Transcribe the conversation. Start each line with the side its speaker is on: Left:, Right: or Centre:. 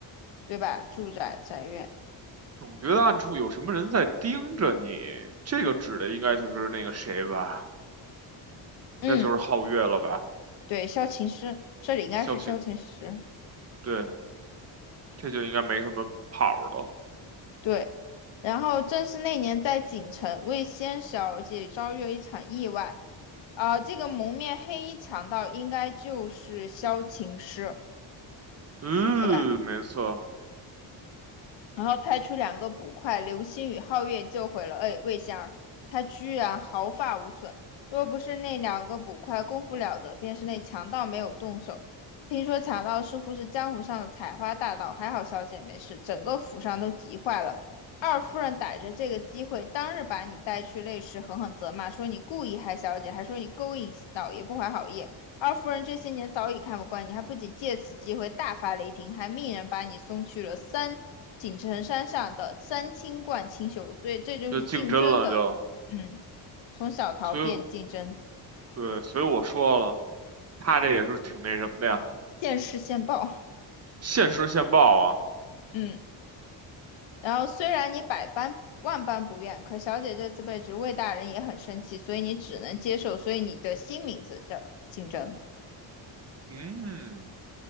Left: 对吧？住宅宅院，
Right: 总觉得暗处有什么人在盯着你，这个指的应该就是那个谁吧？应该就是皓月了吧？
Left: 嗯。对，萧琴师，这里应该是萧琴师。
Right: 萧晴，对，这就应该没什么跑儿了。
Left: 对，然后正是那年在锦城，魏仙小姐遭遇了一场意外。啊、这个蒙面黑衣强盗应该就是萧琴师，
Right: 嗯，
Left: 对吧？
Right: 没错，
Left: 然后派出两个捕快流星与皓月救回了魏魏仙儿，他居然毫发无损。若不是那两个捕快功夫了得，便是那强盗没有动手。听说强盗似乎是江湖上的采花大盗，还好小姐没事，整个府上都急坏了。二夫人逮着这个机会，当日把你带去内室，狠狠责骂，说你故意害小姐，还说你勾引老爷不怀好意。二夫人这些年早已看不惯你，还不仅借此机会大发雷霆，还命人把你送去了三锦城山上的三清观清修。所以这就是竞争的，
Right: 就竞争了就，
Left: 嗯，从小逃变竞争，
Right: 所以。对，所以我说了，他这也是挺那什么的呀，
Left: 现世现报，
Right: 现实现报啊，
Left: 嗯。然后虽然你百般万般不愿，可小姐这次被职魏大人也很生气，所以你只能接受，所以你的新名字叫竞争。
Right: 嗯，